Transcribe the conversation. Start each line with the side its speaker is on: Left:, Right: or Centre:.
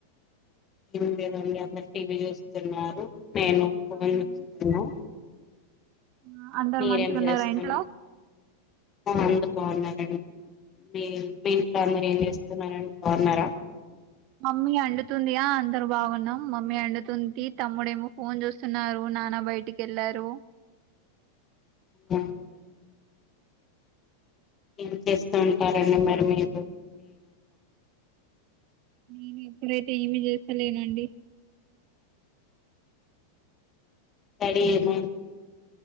Left: ఎం లేదు అండి అందరు టీవీ చూస్తున్నారు నేను ఫోన్
Right: అవునా
Left: చుస్తున్నా
Right: ఆ, అందరు
Left: మీరేం
Right: మంచిగా ఉన్నారా
Left: చేస్తూన్నారు
Right: ఇంట్లో
Left: ఆ అందురు బాగున్నారండి మీ మీ ఇంట్లో అందరు ఏం చేస్తున్నారండి బావున్నారా
Right: మమ్మీ అండుతుంది ఆ అందరు బాగున్నాం మమ్మీ అండుతుంది తమ్ముడేమో ఫోన్ చూస్తున్నారు నాన్న బయటికి ఎల్లారు
Left: ఆ ఏం చేస్తూ ఉంటారండి మరి మీరు
Right: నేని ఇప్పుడైతే ఏమి చేస్తాలేనండి
Left: రడీ అయినా